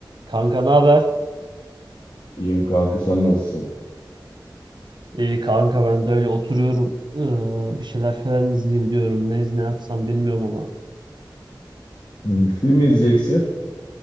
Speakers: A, on the right (about 65°); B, on the left (about 70°).
A: Kanka ne haber?
B: İyiyim kanka sen nasılsın?
A: İyi kanka ben de öyle oturuyorum. Ee, bir şeyler falan izleyeyim diyorum. Ne, ne yapsam bilmiyorum ama.
B: Hmm, film izleyeceksin.